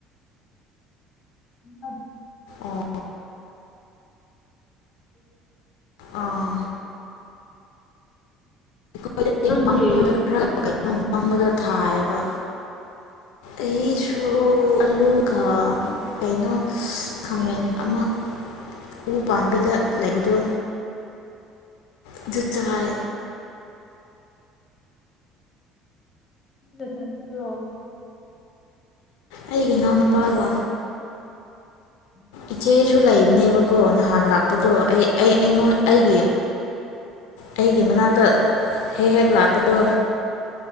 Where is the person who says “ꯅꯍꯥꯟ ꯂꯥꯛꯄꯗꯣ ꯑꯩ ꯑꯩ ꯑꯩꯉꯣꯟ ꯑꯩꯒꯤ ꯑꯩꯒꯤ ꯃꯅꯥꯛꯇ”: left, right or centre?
Left